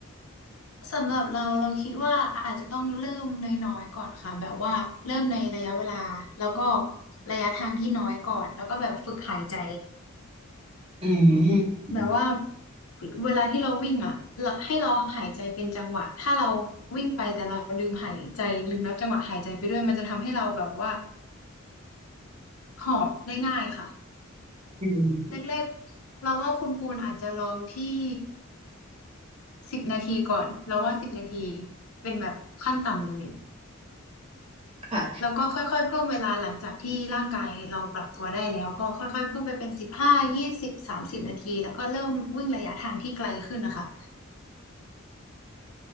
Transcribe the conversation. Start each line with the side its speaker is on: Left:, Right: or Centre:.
Left: สำหรับเราเราคิดว่าอาจจะต้องเริ่มน้อยๆก่อนค่ะแบบว่าเริ่มในระยะเวลาแล้วก็ระยะทางที่น้อยก่อนแล้วก็แบบฝึกหายใจ
Right: อืม
Left: แบบว่าเวลาที่เราวิ่งอ่ะเราให้เราหายใจเป็นจังหวะถ้าเราวิ่งไปแต่เราลืมหายใจลืมนับจังหวะหายใจไปด้วยมันจะทำให้เราแบบว่าหอบได้ง่ายค่ะ
Right: อืม
Left: แรกๆเราว่าคุณปูนอาจจะลองที่สิบนาทีก่อน เราว่าสิบนาทีเป็นแบบขั้นต่ำเลย
Right: ค่ะ
Left: แล้วก็ค่อยๆเพิ่มเวลาหลังจากที่ร่างกายเราปรับตัวได้แล้วก็ค่อยๆเพิ่มไปเป็นสิบห้ายี่สิบสามสิบนาทีแล้วก็เริ่มวิ่งระยะทางที่ไกลขึ้นนะคะ